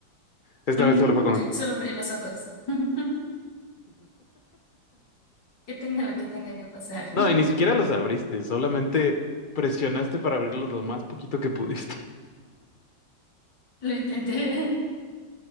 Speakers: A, on the left; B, on the left.
A: esta
B: <laughs>
A: vez solo fue como...
B: solo abrí los ojos. <laughs> Que tenga lo que tenga que pasar.
A: No,
B: <laughs>
A: y ni siquiera los abriste, solamente presionaste para abrirlos lo más poquito que pudiste.
B: Lo intenté.